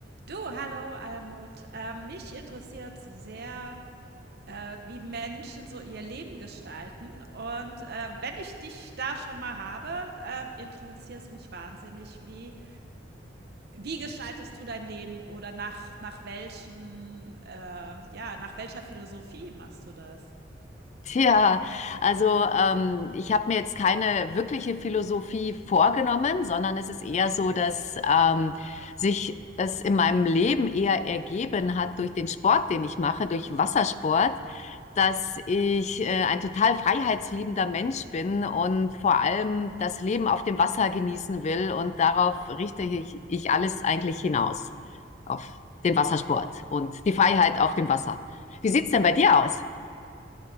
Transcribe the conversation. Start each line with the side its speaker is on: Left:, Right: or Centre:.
Right: Du, hallo Almut. Ähm, mich interessiert sehr, äh, wie Menschen so ihr Leben gestalten. Und äh, wenn ich dich da schon mal habe, äh, interessiert es mich wahnsinnig, wie, wie gestaltest du dein Leben oder nach, nach welchen, äh, ja, nach welcher Philosophie machst du das?
Left: <laughs> Tja, also ähm, ich habe mir jetzt keine wirkliche Philosophie vorgenommen, sondern es ist eher so, dass ähm, sich es in meinem Leben eher ergeben hat durch den Sport, den ich mache, durch Wassersport, dass ich äh, ein total freiheitsliebender Mensch bin und vor allem das Leben auf dem Wasser genießen will und darauf richte ich, ich alles eigentlich hinaus, auf den Wassersport und die Freiheit auf dem Wasser. Wie sieht's denn bei dir aus?